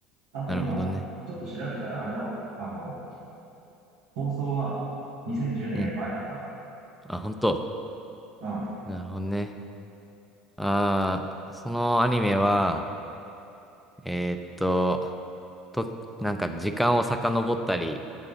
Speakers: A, on the right (about 75°); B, in the centre.
A: あと今、
B: なるほどね。
A: ちょっと調べたらあれだわ。あの、放送は2010年より前だった。
B: うん。あ、本当
A: うん。
B: なるほどね。ああ、そのアニメは、えーっと、と、なんか時間を遡ったり